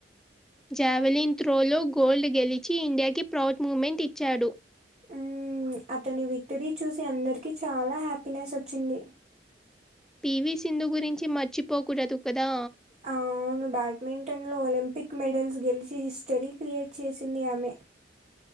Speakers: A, in the centre; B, on the right (about 35°).
A: జావెలిన్ థ్రోలో గోల్డ్ గెలిచి ఇండియాకి ప్రౌడ్ మూ్మెంట్ ఇచ్చాడు
B: ఉమ్ అతని విక్టరీ చూసి అందరికి చాలా హ్యాపీనెస్ వచ్చింది
A: పివి సింధు గురించి మర్చిపోకూడదు కదా!
B: అవును బ్యాడ్మింటన్లో ఒలిం పిక్ మెడల్స్ గెలిచి హిస్టరీ క్రియేట్ చేసింది ఆమె